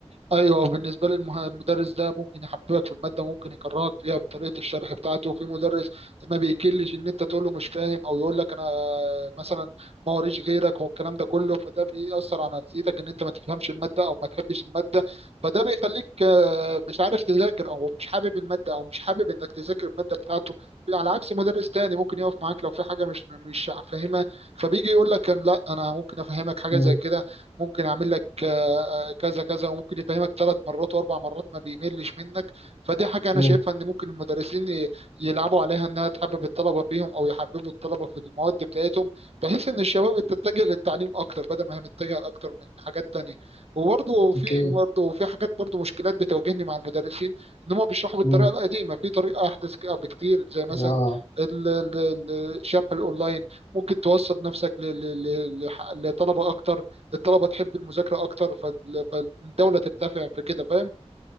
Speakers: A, on the right (about 65°); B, on the left (about 80°).
A: ايوه بالنسبه لي المه- المدرس ده ممكن يحببك في الماده ممكن يكرهك فيها بطريقه الشرح بتاعته وفي مدرس ما بيكلش ان انت تقول له مش فاهم او يقول لك انا مثلا ما وريش غيرك والكلام ده كله فده بيأثر على نفسيتك ان انت ما تفهمش الماده او ما تحبش الماده فده بيخليك آه، مش عارف تذاكر او مش حابب الماده او مش حابب انك تذاكر الماده بتاعته على عكس مدرس تاني ممكن يقف معاك لو في حاجه مش مش فاهمها فبيجي يقول لك لا انا ممكن افهمك حاجه
B: مم،
A: زي كده ممكن اعمل لك آه، آه، كذا كذا وممكن يفهمك ثلاث مرات واربع مرات ما بيملش منك فدي حاجه انا
B: مم،
A: شايفها ان ممكن المدرسين ي- يلعبوا عليها انها تحبب الطلبه فيهم او يحببوا الطلبه في المواد بتاعتهم بحيث ان الشباب تتجه للتعليم اكتر بدل ما هي متجهه لاكتر من حاجات تانية وبرضه في
B: اكيد
A: برضه في حاجات برضه مشكلات بتواجهني مع المدرسين ان هم بيشرحوا بالطريقه
B: مم،
A: القديمه في طريقه احدث كده بكتير زي مثلا
B: آه.
A: ال- ال- ال- الشرح الاونلاين ممكن توصل نفسك ل- ل- ل- لح- لطلبه اكتر الطلبه تحب المذاكره اكتر فال- فالدوله ترتفع في كده فاهم